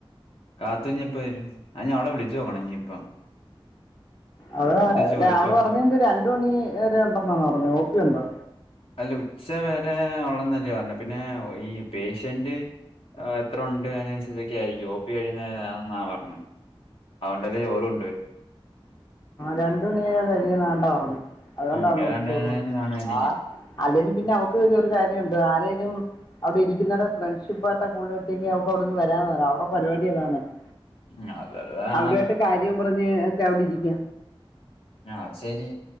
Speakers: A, on the left (about 75°); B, on the left (about 45°).
A: കാത്തു ഞ്ഞിപ്പോവരും? ഞാൻ അവളെ വിളിച്ചോക്കണഞ്ഞിപ്പോ.
B: അവിടെ
A: ചോദിച്ചു
B: രാവു
A: നോക്കണം
B: പറഞ്ഞു രണ്ടുമണിവരെ ഉണ്ടെന്നു പറഞ്ഞു ഓപ്പിയുണ്ടോ?
A: അല്ല ഉച്ച വരെ ഉള്ളന്നല്ലേ പറഞ്ഞു പിന്നെ ഈ പേഷ്യന്റ്. എത്ര ഉണ്ട് അതിനനുസരിച്ചൊക്കെ ആയിരിക്കും ഓപി കഴിയുന്നാെന്നാ പറഞ്ഞേ. അതോണ്ടാണ് ചോറു
B: രണ്ടു മണിയാവുമ്പോൾ ഞാൻ പെരീ നിറങ്ങും അതുകൊണ്ടാണ്
A: ആ മിക്ക
B: ഞാൻ
A: രണ്ട്
B: ചോറുകൊണ്ടൊക്ണെ.
A: നേരം കാണുമായിരിക്കും
B: അല്ലേങ്കലും പിന്നെ അവക്ക് കാര്യമുണ്ട് ആരേലും അവിടെ ഇരിക്കുന്ന ഫ്രണ്ട്ഷിപ്പ് കൂട്ടുകെട്ടിന് അവക്കവിടന്ന് വരാനാവൂല അവിടെപരിപാടി അതാണല്ലോ.
A: ഉം അത് ത് കാണാൻ
B: അവരുമായിട്ട് കാര്യം പറഞ്ഞ് ഒക്കെ അവിടെരിക്കാ.
A: ആഹ് അത് ശെരി